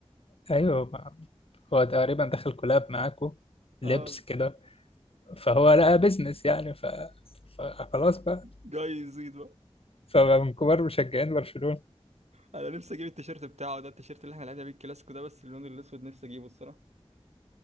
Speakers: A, on the left; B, on the right.
A: ايوه ما- هو تقريبا دخل كولاب معاكو
B: اه
A: لبس كده فهو لقى بيزنس يعني ف... فخلاص بقى
B: جاي يزيد بقى
A: فمن كبار مشجعين برشلونة
B: انا نفسي اجيب التيشيرت بتاعه ده التيشيرت اللي احنا لعبنا بيه الكلاسيكو ده بس اللون الاسود نفسي اجيبه الصراحه